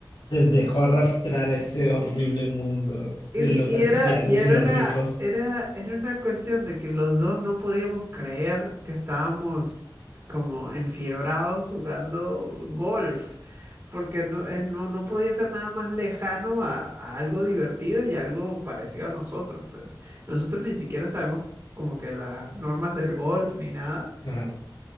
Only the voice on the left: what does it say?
se dejó arrastrar a ese horrible mundo
de
los
ancianos
y los
ricos?
Ajá.